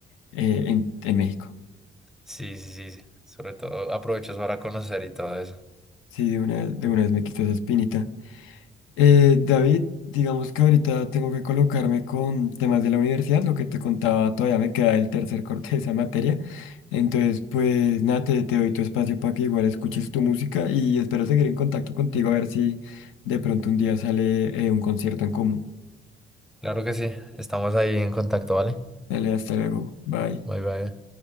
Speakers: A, on the left; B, in the centre.
A: eh, en, en México.
B: sí, sí, sí. sí. Sobre todo aprovechas para conocer y todo eso.
A: Sí, de una, de una vez me quito esa espinita. Eh, David, digamos que ahorita tengo que colocarme con temas de la universidad, lo que te contaba, todavía me queda el tercer corte de esa materia. Entonces, pues nada, te, te doy tu espacio para que igual escuches tu música y espero seguir en contacto contigo a ver si de pronto un día sale eh, un concierto en común.
B: Claro que sí, estamos ahí en contacto, ¿vale?
A: Dale, hasta luego, bye.
B: Bye, bye.